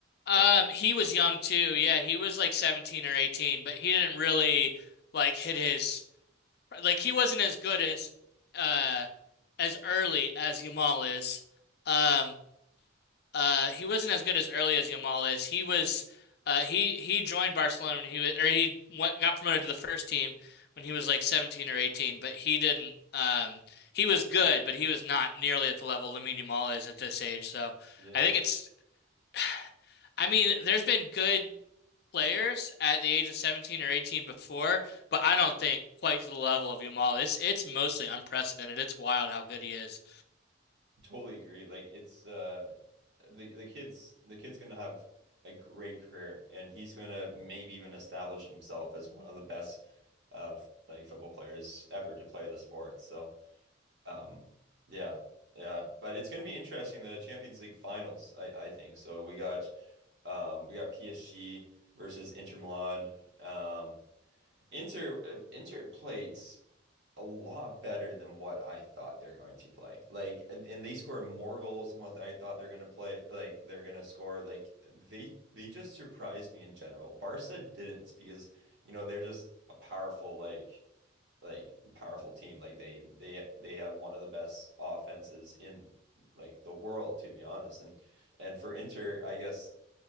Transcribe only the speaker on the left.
Um,
he was young too. Yeah, he was like 17 or 18, but he didn't really like hit his like he wasn't as good as uh as early as Yamal is. Um, uh he wasn't as good as early as Yamal is. He was uh he he joined Barcelona when he was or he went, got promoted to the first team when he was like 17 or 18, but he didn't um he was good, but he was not nearly at the level Lamine Yamal is at this age. So,
I think it's <sighs> I mean, there's been good players at the age of 17 or 18 before, but I don't think quite to the level of Yamal. It's it's mostly unprecedented. It's wild how good he is.